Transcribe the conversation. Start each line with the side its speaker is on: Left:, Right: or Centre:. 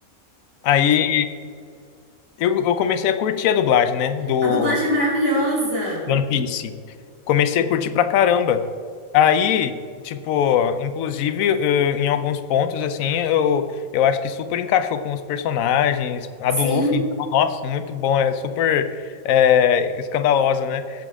Left: Aí eu, eu comecei a curtir a dublagem, né, do,
Right: A dublagem é maravilhosa.
Left: do One Piece. Comecei a curtir pra caramba. Aí, tipo, inclusive, eh, em alguns pontos, assim, eu, eu acho que super encaixou com os personagens. A
Right: Sim.
Left: do Luffy, então, nossa, muito bom, é super eh, escandalosa, né?